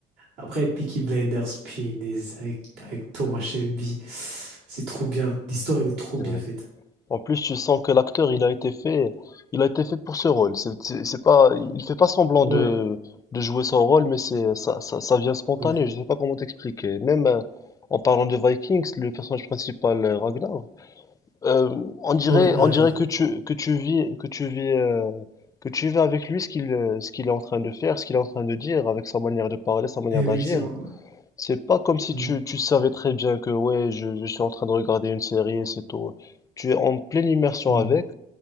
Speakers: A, on the right (about 90°); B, on the left (about 20°).
A: Après, Peaky Blinders, punaise, avec, avec Thomas Shelby. C'est trop bien. L'histoire, elle est trop
B: c'est
A: bien
B: vrai.
A: faite.
B: En plus, tu sens que l'acteur, il a été fait, il a été fait pour ce rôle. C'est c'est- c'est pas, il fait pas semblant
A: Ouais.
B: de, de jouer son rôle, mais c'est, ça, ça, ça vient spontané.
A: Ouais.
B: Je sais pas comment t'expliquer. Même euh, en parlant de Vikings, le personnage principal, euh, Ragnar, euh, on dirait,
A: Ouais, Ragnar.
B: on dirait que tu, que tu vis, que tu vis, euh, que tu vis avec lui ce qu'il, euh, ce qu'il est en train de faire, ce qu'il est en train de dire, avec sa manière de parler, sa manière
A: Effectivement.
B: d'agir. C'est pas comme si
A: Mm,
B: tu, tu savais très bien que ouais, je, je suis en train de regarder une série et c'est tout. Tu es en pleine immersion
A: mm,
B: avec.